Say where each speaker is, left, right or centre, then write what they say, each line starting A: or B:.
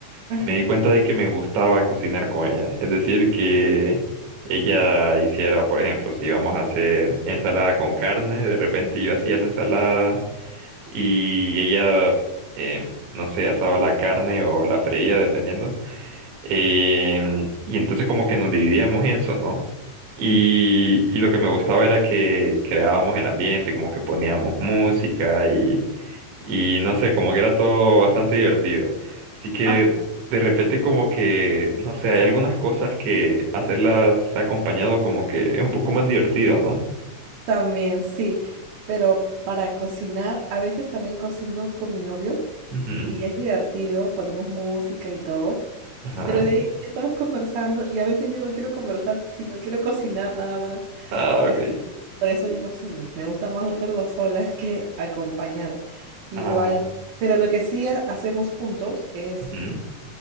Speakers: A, on the right; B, on the right.
A: ajá.
B: me di cuenta de que me gustaba cocinar con ella. Es decir, que ella hiciera, por ejemplo, si íbamos a hacer ensalada con carne, de repente yo hacía la ensalada y ella, em, no sé, asaba la carne o la freía, dependiendo. Em, y entonces como que nos dividíamos eso, ¿no? Y, y lo que me gustaba era que creábamos el ambiente, como que poníamos música y, y no sé, como que era todo bastante divertido. Así que
A: Ajá.
B: de repente como que, no sé, hay algunas cosas que hacerlas acompañado como que es un poco más divertido, ¿no?
A: También sí, pero para cocinar, a veces también cocino con mi novio.
B: Ujú.
A: Y es divertido, ponemos música y todo.
B: Ajá.
A: Pero de ahí estamos conversando y a veces yo no quiero conversar, si si no quiero cocinar nada más.
B: Ah,
A: Y
B: ok.
A: por eso digo, "Hmm, me gusta más hacerlo sola <laughs> que acompañada. Igual,
B: Ah,
A: pero lo que sí ha- hacemos juntos es
B: claro.